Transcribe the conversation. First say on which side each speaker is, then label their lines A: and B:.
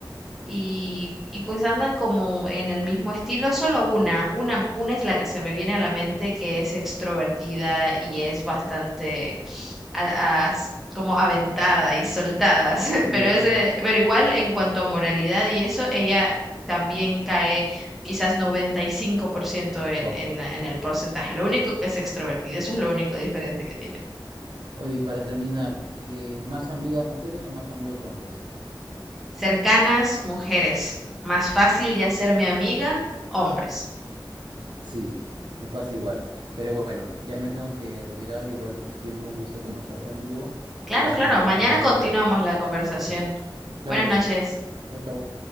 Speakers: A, in the centre; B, on the right.
A: y, y pues andan como en el mismo estilo, solo una, una, una es la que se me viene a la mente que es extrovertida y es bastante a- as- como aventada y soltada, <laughs>
B: Ya.
A: pero ese, pero igual en cuanto a moralidad y eso, ella también cae quizás 95% en,
B: Wow.
A: en, en el porcentaje. Lo único que es extrovertida, eso es lo único diferente que tiene.
B: Oye, y para terminar, eh, ¿más amigas mujeres o más amigos hombres?
A: Cercanas, mujeres. Más fácil de hacerme amiga, hombres.
B: Sí, me pasa igual. Pero bueno, ya me tengo que retirar. Igual siempre un gusto conversar contigo.
A: Claro,
B: Ya seguimos
A: claro. Mañana
B: hablando
A: continuamos
B: luego.
A: la conversación.
B: Sí, claro
A: Buenas
B: que
A: noches.
B: sí. Chau, chau.